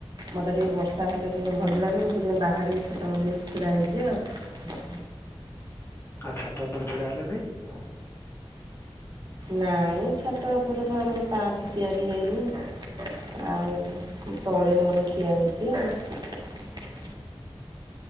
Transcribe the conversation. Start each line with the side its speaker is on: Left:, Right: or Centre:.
Right: ମତେ ଟିକେ ବର୍ଷା ହେଲେ ଟିକେ ଭଲ ଲାଗେ ସେଥିପାଇଁ ବାହାରି ଛତା ମୁଣ୍ଡେଇ ଛିଡ଼ା ହେଇଛି ଆଉ
Left: ଆଉ ଛାତ ଉପରେ ଛିଡା ହେଲେ ନାଇଁ?
Right: ନାଇଁ ଛାତ ଉପରକୁ ଆମର ପାଛ ତିଆରି ହେଇନି ଆଉ ତଳେ ମୋର ଠିଆ ହେଇଛି ଆଉ